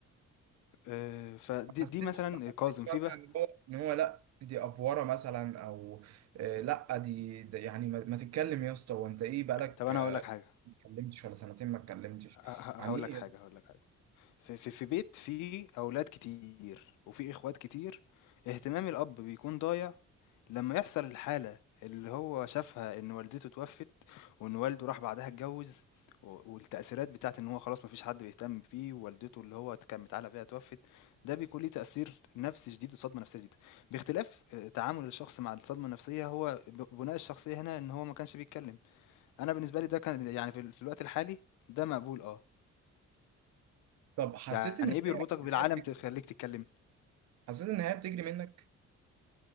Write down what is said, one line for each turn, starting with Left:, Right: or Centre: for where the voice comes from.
Left: آآ، فدي
Right: ما حسيتش
Left: دي مثلًا
Right: ما حسيتش
Left: كاظم، في
Right: مثلا
Left: بقى
Right: ان هو ان هو لا دي افوره مثلا او آه، لا دي, دي يعني ما, ما تتكلم يا اسطى وانت ايه بقالك
Left: طَب أنا
Right: آه،
Left: هاقول لك حاجة،
Right: ما اتكلمتش ولا سنتين ما اتكلمتش
Left: ه ه
Right: يعني
Left: هاقول
Right: ايه
Left: لك حاجة،
Right: يا اسطى؟
Left: هاقول لك حاجة، في في في بيت فيه أولاد كتير وفيه إخوات كتير، اهتمام الأب بيكون ضايع لمّا يحصل الحالة اللي هو شافها إن والدته اتوفت، وإن والده راح بعدها اتجوّز، و والتأثيرات بتاعة إن هو خلاص ما فيش حد بيهتم بيه، ووالدته اللي هو ت كان متعلق بيها اتوفت، ده بيكون ليه تأثير نفسي شديد وصدمة نفسية شديدة، باختلاف آآ تعامل الشخص مع الصدمة النفسية هو ب بُناء الشخصية هنا إن هو ما كانش بيتكلم، أنا بالنسبة لي ده كان يعني في ال في الوقت الحالي ده مقبول آه،
Right: طب حسيت
Left: يعني
Right: ان
Left: إيه بيربطك
Right: هي
Left: بالعالم
Right: النهايه بتجري
Left: تخلّيك تتكلم؟
Right: حسيت ان النهايه بتجري منك